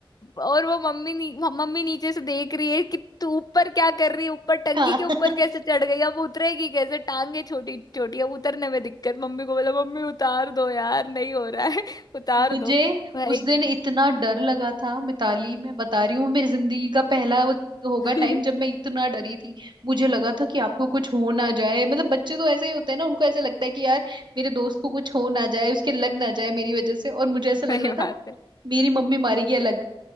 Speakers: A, on the left; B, on the right.
A: और वो मम्मी नी, मम्मी नीचे से देख रही है कि तू ऊपर क्या कर रही है ऊपर टंकी
B: हाँ
A: के ऊपर
B: <laughs>
A: कैसे चढ़ गई अब उतरेगी कैसे टांगे छोटी छोटी अब उतरने में दिक्कत मम्मी को बोला मम्मी उतार दो यार नहीं हो रहा है <laughs> उतार
B: मुझे
A: दो भाई
B: उस दिन इतना डर लगा था मिताली मैं बता रही हूँ मेरी जिंदगी का पहला वो होगा
A: <laughs>
B: टाइम जब मैं इतना डरी थी मुझे लगा था कि आपको कुछ हो ना जाए मतलब बच्चे तो ऐसे ही होते हैं ना उनको ऐसे लगता है कि यार मेरे दोस्त को कुछ हो ना जाए उसके लग ना जाए मेरी वजह से और मुझे ऐसा
A: सही
B: लग रहा
A: बात
B: था
A: है
B: मेरी मम्मी मारेगी अलग